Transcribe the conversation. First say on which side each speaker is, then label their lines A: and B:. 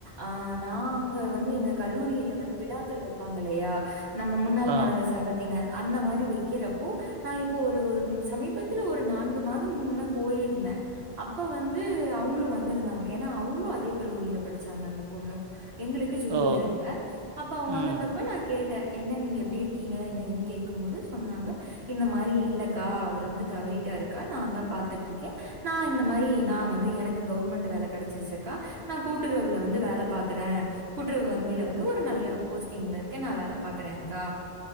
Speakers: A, on the right (about 75°); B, on the right (about 45°).
A: ஆஹ் நான் அங்க வந்து எங்க கல்லூரியில வந்து விழாக்கள் வெப்பாங்க இல்லையா நம்ம முன்னாள்
B: ஆ.
A: மாணவர் சங்கத்தினர் அந்த மாதிரி வைக்கிறப்போ நான் இப்போ ஒரு ஒரு சமீபத்துல ஒரு நான்கு மாதம் முன்னா போயிருந்தேன் அப்ப வந்து அவங்களும் வந்திருந்தாங்க ஏன்னா அவங்களும் அதே கல்லூரியில படிச்சாங்க அந்த பொண்ணு எங்களுக்கு ஜூனியர்
B: ஓ!
A: ஆ அப்ப அவங்க
B: ம்.
A: வந்து இருந்தப்ப நான் கேட்டேன் என் என்ன நீங்க எப்படி இருக்கீங்க என்ன ஏன்னு கேக்கும்போது சொன்னாங்க இந்த மாதிரி இல்லக்கா அவரு வந்து தவறிட்டாருக்கா நான் தான் பாத்துட்டுருக்கேன் நான் இந்த மாதிரி நான் வந்து எனக்கு கவுர்மெண்ட் வேலை கிடைச்சிருச்சிக்கா நான் கூட்டுறவுல வந்து வேலை பாக்குறேன் கூட்டுறவு வங்கியில வந்து ஒரு நல்ல போஸ்டிங்ல இருக்க நான் வேலை பாக்குறேன்கா